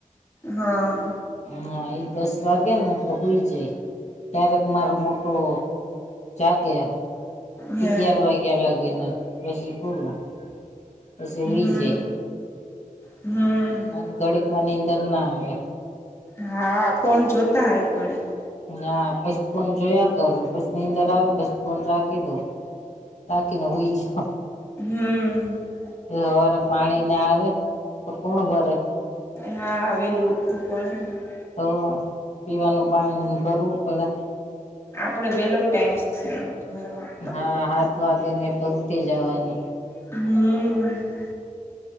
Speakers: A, on the left (about 20°); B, on the left (about 55°).
A: હા
B: હા, ઈ દસ વાગે ને તો હુંઈ જાય. ક્યારેક મારો મોટો- -જાગે
A: હે
B: અગિયાર વાગ્યા લાગીન, પછી પૂરું. પછી
A: હમ્મ,
B: હુઈ જાય
A: હમ્મ.
B: મન, ઘડીકમાં નીંદર ના આવે.
A: હા, ફોન જોતા હોયક.
B: હા, પછી ફોન જોયા કરું, પછી, નીદર આવે પછી ફોન રાખી દઉ. રાખી ને હુંઈ જઉ.
A: હમ
B: હવારે પાણી ના આવે, તો કોણ ભરે?
A: હા, વેલું ઉઠવું પડે ને?
B: તો, પીવાનું પાણી ભરવું પડે.
A: આપડે, વેલો ટાઈમ છે ભરવાનો.
B: હા, હાત વાગે ને તો ઉઠી જવાનું.
A: હમ્મ.